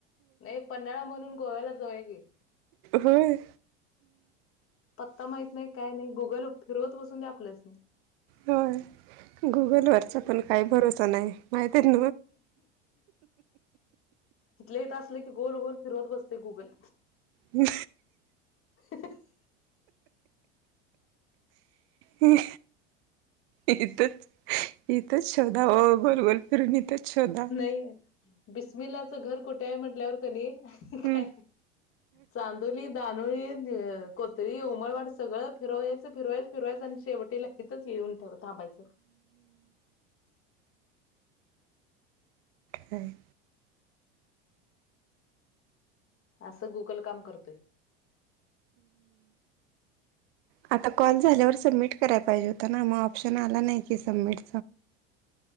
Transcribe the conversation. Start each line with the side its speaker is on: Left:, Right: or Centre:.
Left: नाही पन्हाळा म्हणून गोव्याला जाऊ की.
Right: होय.
Left: पत्ता माहत नाही काय नाही गुगल फिरवत बसून द्या आपलंच नाही.
Right: होय गुगलवरच पण काही बरोसं नाही माहिती.
Left: इथलंही तर असलं की गोल गोल फिरवत बसते गुगल.
Right: हम्.
Left: ह.
Right: ह. इथच इथेच शोधा हो गोल गोल फिरून इथेच शोधा.
Left: नाही बिस्मिलाच घर कुठे आहे म्हटल्यावर कनी काय.
Right: हम्म
Left: चांदोली ानोळी को. तरी उमळवाड सगळं फिरवायच फिरयं फिरवायचं आणि शेवटी ल कीितच येऊन ठे थांबायचं.
Right: ह्.
Left: असं गुगल काम करतोय.
Right: आता कॉल झाल्यावर सबमिट करायला पाहिजेत. ता ना मग ऑप्शन आला नाही कि सबमिट.